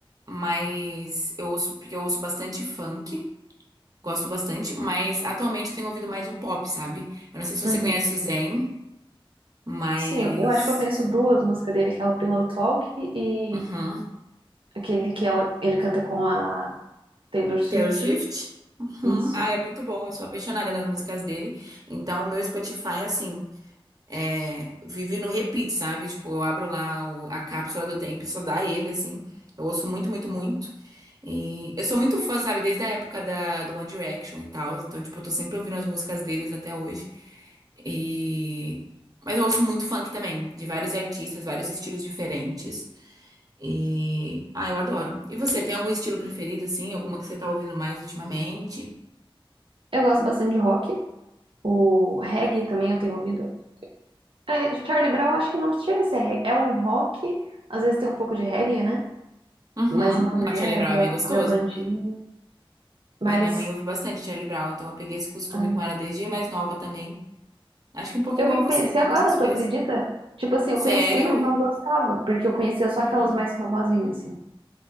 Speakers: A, on the right; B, on the right.
A: mas eu ouço porque eu ouço bastante funk, gosto bastante, mas atualmente eu tenho ouvido mais o pop, sabe? Eu não sei se
B: Uhum.
A: você conhece o Zayn, mas
B: Sim, eu, eu acho que eu conheço duas músicas dele, aquela Pillow Talk e
A: Uhum.
B: aquele que ela, ele canta com a Taylor Swift.
A: Taylor Swift? Uhum.
B: Isso.
A: Ah, é muito bom. Eu sou apaixonada nas músicas dele. Então, o meu Spotify, assim, é, vive no repeat, sabe? Tipo, eu abro lá o- a cápsula do tempo e só dá ele, assim. Eu ouço muito, muito, muito. E eu sou muito fã, sabe? Desde a época da, do One Direction e tal. Então, tipo, eu tô sempre ouvindo as músicas deles até hoje. E... Mas eu ouço muito funk também, de vários artistas, vários estilos diferentes. E. Ah, eu adoro. E você, tem algum estilo preferido, assim? Alguma que você tá ouvindo mais ultimamente?
B: Eu gosto bastante de rock. O reggae também eu tenho ouvido. É, Charlie Brown acho que não chega a ser reggae. É um rock, às vezes tem um pouco de reggae, né?
A: Uhum.
B: mais uma Neva,
A: Não, Charlie Brown é bem gostoso.
B: Armandinho. Mas
A: Ai, minha mãe ouve bastante Charlie Brown, então eu peguei esse costume
B: ai,
A: com ela desde mais nova também. Acho que um pouco
B: eu
A: igual
B: vim
A: você,
B: conhecer
A: né?
B: agora,
A: Não sei se
B: tu
A: foi
B: acredita?
A: assim.
B: Tipo assim,
A: Sério?
B: eu conhecia, mas não gostava, porque eu conhecia só
A: Uhum.
B: aquelas mais famosinhas, assim.